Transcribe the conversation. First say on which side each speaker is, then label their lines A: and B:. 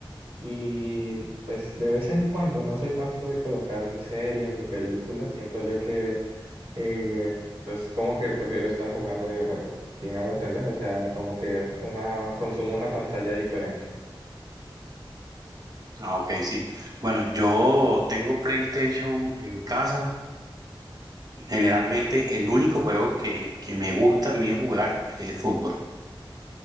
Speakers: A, on the right; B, on the right.
A: Y pues de vez en cuando no soy tanto de colocar ni series ni películas, siento yo que Y pues como que prefiero estar jugando videojuegos, si me hago entender, o sea, como que una, consumo una pantalla diferente.
B: Ah, ok, sí. Bueno, yo tengo PlayStation en mi casa Generalmente el único juego que, que me gusta a mí jugar es fútbol.